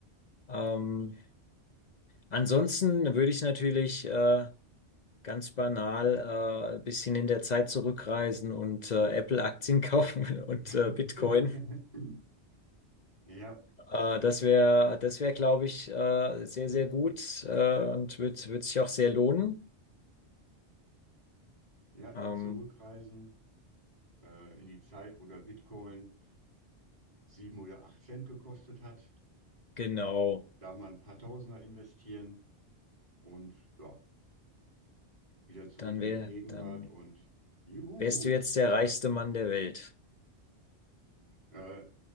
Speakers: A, on the left (about 45°); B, on the right (about 35°).
A: Ähm, ansonsten würde ich natürlich äh, ganz banal äh, ein bisschen in der Zeit zurückreisen und äh, Apple-Aktien <laughs> kaufen und äh,
B: <laughs>
A: Bitcoin.
B: Ja,
A: Äh, das wäre, das wäre, glaube ich, äh, sehr, sehr gut äh, und wird, wird sich auch sehr lohnen.
B: ja, jetzt
A: Ähm,
B: zurückreisen. äh, in die Zeit, wo der Bitcoin sieben oder acht Cent gekostet hat.
A: genau,
B: Da mal ein paar Tausender investieren und ja, wieder zurück
A: dann
B: in
A: wär,
B: die Gegenwart
A: dann
B: und juhu!
A: wärst du jetzt der reichste Mann der Welt.
B: Äh,